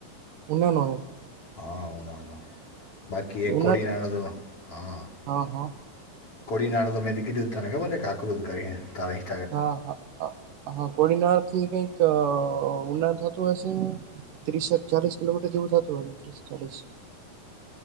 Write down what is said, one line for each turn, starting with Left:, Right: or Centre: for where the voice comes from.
Right: ઉનાનો.
Left: હા ઉ ના બાકી એકકોડી
Right: ઉનાથી
Left: ના હા <unintelligible>
Right: હા હા
Left: કોડી નાણું તો મેંથી કીધું, તને ખબર એક આકૃતિ કરી હ તારે.
Right: હા હા હા, કોડીનાર થી કઈક ઉના થતું હશે. ત્રીસ-ચાલીસ કિલોમીટર જેવું થતું હોય ને, ત્રીસ-ચાલીસ